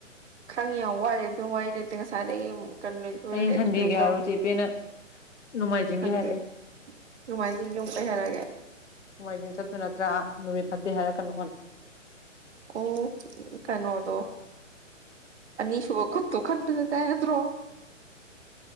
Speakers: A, on the right (about 55°); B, on the left (about 60°).
A: ꯈꯪꯉꯤ ꯌꯥꯝ ꯋꯥꯠꯂꯦ ꯑꯗꯨꯝ ꯋꯥꯔꯤ ꯂꯩꯇꯦ ꯉꯁꯥꯏꯗꯒꯤ ꯑꯃꯨꯛ ꯀꯩꯅꯣ ꯂꯦꯟꯊꯣꯏꯍꯣꯏꯗ
B: ꯍꯌꯦꯡ
A: ꯑꯦꯛꯁꯄ꯭ꯂꯦꯟ
B: ꯁꯟꯗꯦꯒꯤ
A: ꯇꯧ
B: ꯍꯥꯏꯔꯣ ꯆꯦꯄꯦꯅ ꯅꯣꯡꯃꯥꯏꯖꯤꯡꯒꯤ
A: ꯁꯟꯗꯦ
B: ꯍꯥꯏꯔꯛꯑꯦ
A: ꯅꯣꯡꯃꯥꯏꯖꯤꯡꯒꯤ ꯑꯃꯨꯛ ꯀꯩ ꯍꯥꯏꯔꯛꯑꯒꯦ
B: ꯅꯣꯡꯃꯥꯏꯖꯤꯡ ꯆꯠꯇꯨꯏ ꯅꯠꯇ꯭ꯔꯥ ꯅꯨꯃꯤꯠ ꯐꯠꯇꯦ ꯍꯥꯏꯔꯛ ꯀꯅꯣꯅ
A: ꯑꯣ ꯀꯩꯅꯣꯗꯣ ꯑꯅꯤꯁꯨꯕ ꯈꯨꯨꯠ ꯊꯨ ꯈꯟꯕꯗ ꯇꯥꯏ ꯅꯠꯇ꯭ꯔꯣ